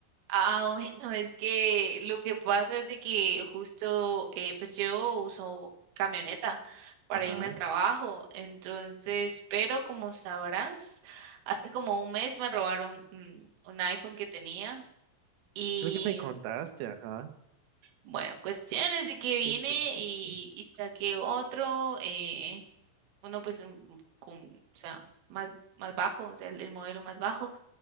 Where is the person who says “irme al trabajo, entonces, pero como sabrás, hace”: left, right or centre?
Right